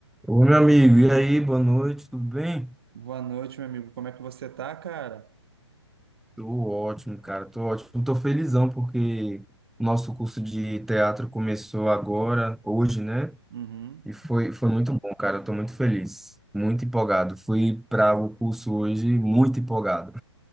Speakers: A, in the centre; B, on the right.
A: Ô, meu amigo, e aí, boa noite, tudo bem?
B: Boa noite, meu amigo. Como é que você tá, cara?
A: Tô ótimo, cara, tô ótimo. Tô felizão porque o nosso curso de teatro começou agora, hoje, né?
B: Uhum.
A: E foi, foi muito bom, cara, eu tô muito feliz, muito empolgado. Fui para o curso hoje muito empolgado.